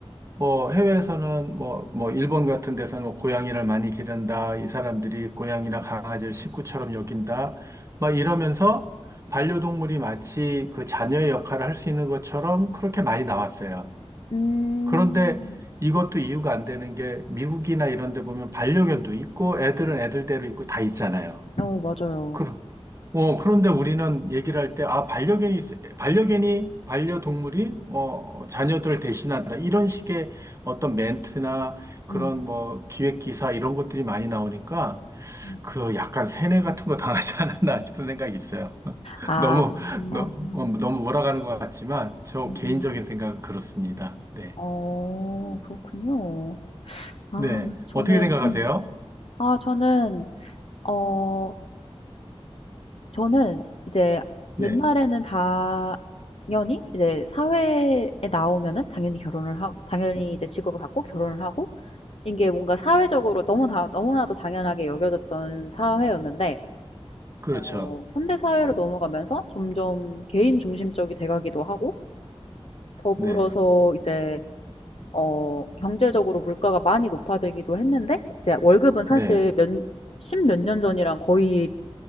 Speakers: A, on the right (about 30°); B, on the left (about 70°).
A: 뭐 해외에서는 뭐, 뭐 일본 같은 데서는 뭐 고양이를 많이 기른다. 이 사람들이 고양이나 강아지를 식구처럼 여긴다. 막 이러면서 반려동물이 마치 그 자녀의 역할을 할 수 있는 것처럼 그렇게 많이 나왔어요.
B: 음.
A: 그런데 이것도 이유가 안 되는 게 미국이나 이런 데 보면 반려견도 있고 애들은 애들대로 있고 다 있잖아요.
B: 어 맞아요.
A: 그럼, 어, 그런데 우리는 얘기를 할 때, 아, 반려견이, 있- 반려견이, 반려동물이, 어, 자녀들을 대신한다. 이런 식의 어떤 멘트나 그런
B: 음.
A: 뭐 기획 기사 이런 것들이 많이 나오니까
B: 음.
A: 그 약간 세뇌 같은 거 당하지 않았나 싶은 생각이 있어요. <laughs>
B: 아.
A: 너무, 너,
B: 음
A: 무 너무 몰아가는 것 같지만 저
B: 음음.
A: 개인적인 생각은 그렇습니다. 네.
B: 어 그렇군요. 아
A: 네.
B: 저는
A: 어떻게 생각하세요?
B: 음 아 저는 어 저는 이제
A: 네.
B: 옛날에는 당연히 이제 사회에 나오면은 당연히 결혼을 하 당연히 이제 직업을 갖고 결혼을 하고 이게 뭔가 사회적으로 너무 다 너무나도 당연하게 여겨졌던 사회였는데
A: 그렇죠.
B: 어 현대 사회로 넘어가면서 점점 개인 중심적이 돼 가기도 하고 더불어서
A: 네.
B: 이제 어 경제적으로 물가가 많이 높아지기도 했는데 이제 월급은 사실
A: 네.
B: 몇, 십몇 년 전이랑 거의